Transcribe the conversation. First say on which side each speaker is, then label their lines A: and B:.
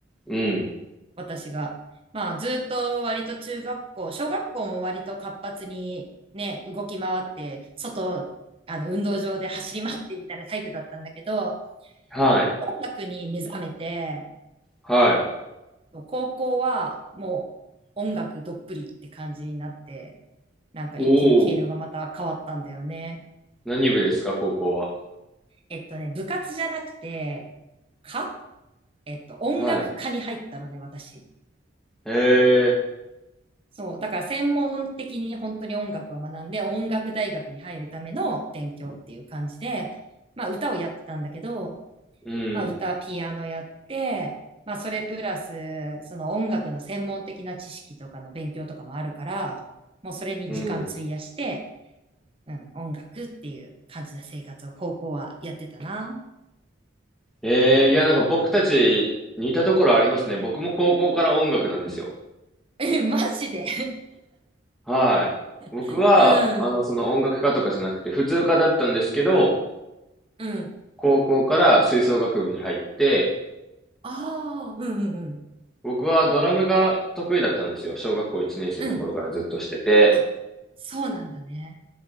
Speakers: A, in the centre; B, on the right (about 30°).
A: うん。
B: 私が。まあ、ずっと割と中学校、小学校も割と活発にね、動き回って、外、あの、運動場で走り回ってみたいなタイプだったんだけど、
A: はい。
B: 音楽に目覚めて、
A: はい。
B: 高校はもう音楽どっぷりって感じになって、なんか一気に毛色がまた変わったんだよね。
A: おお、何部ですか、高校は。
B: えっとね、部活じゃなくて、かえっと、音楽科に入ったのね、
A: はい。
B: 私。
A: へえ、
B: そう。だから専門的に本当に音楽を学んで、音楽大学に入るための勉強っていう感じで、まあ歌をやってたんだけど、
A: うん、
B: まあ歌、ピアノやって、まあそれプラス、その音楽の専門的な知識とかの勉強とかもあるから、もうそれに時間費やして、
A: うん。
B: うん、音楽っていう感じの生活を高校はやってたな。
A: ええ、いや、なんか僕たち似たところありますね。僕も高校から音楽なんですよ。
B: え、マジで
A: はい。僕は、
B: <laughs> うん、
A: あの、その音楽科とかじゃなくて、普通科だったんですけど、
B: うん。
A: 高校から吹奏楽部に入って、
B: ああ、うんうんうん。
A: 僕はドラムが得意だったんですよ。小学校1年生の頃からずっとしてて。
B: うん。あ、そうなんだね。